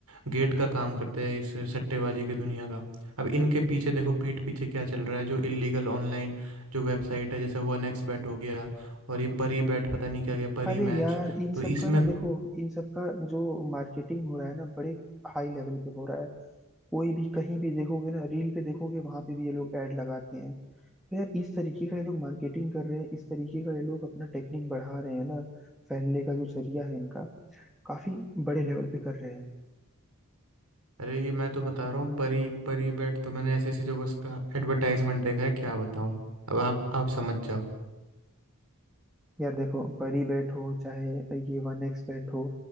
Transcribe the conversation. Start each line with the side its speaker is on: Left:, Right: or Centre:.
Right: गेट का काम करता है इस सट्टेबाजी की दुनिया का अब इनके पीछे देखो पीठ पीछे क्या चल रहा है जो इलीगल ऑनलाइन जो वेबसाइट है जैसे वन एक्स बैट हो गया और ये परी बैट पता नहीं क्या गया परी
Centre: अरे
Right: मैच
Centre: यार इन
Right: तो
Centre: सब
Right: इसमें
Centre: का ना देखो इन सब का जो मार्केटिंग हो रहा है ना बड़े हाई लेवल पे हो रहा है कोई भी कहीं भी देखोगे ना रील पे देखोगे वहां पे भी ये लोग ऐड लगाते हैं तो यार इस तरीके का ये लोग मार्केटिंग कर रहे हैं इस तरीके का ये लोग अपना टेक्निक बढ़ा रहे हैं ना फैलने का जो जरिया है इनका काफी बड़े लेवल पे कर रहे हैं
Right: अरे ये मैं तो बता रहा हूँ परी परी बेट तो मैंने ऐसी ऐसी जगह उसका एडवर्टाइजमेंट देखा है क्या बताऊँ अब आप आप समझ जाओ
Centre: यार देखो परी बैट हो चाहे ये वन एक्स बैट हो